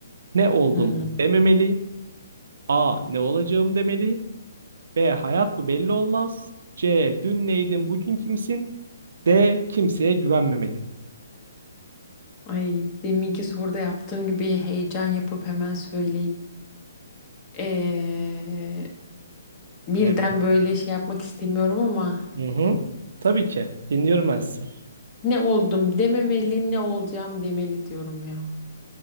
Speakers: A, on the right (about 60°); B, on the left (about 20°).
A: Ne oldum
B: Hı.
A: dememeli. A. Ne olacağım demeli. B. Hayat bu belli olmaz. C. Dün neydin, bugün kimsin? D. Kimseye güvenmemeli.
B: Ay deminki soruda yaptığım gibi heyecan yapıp hemen söyleyip eee, birden
A: Evet.
B: böyle şey yapmak istemiyorum ama
A: Hı hı. Tabii ki. Dinliyorum ben sizi.
B: ne oldum dememeli ne olacağım demeli diyorum ya.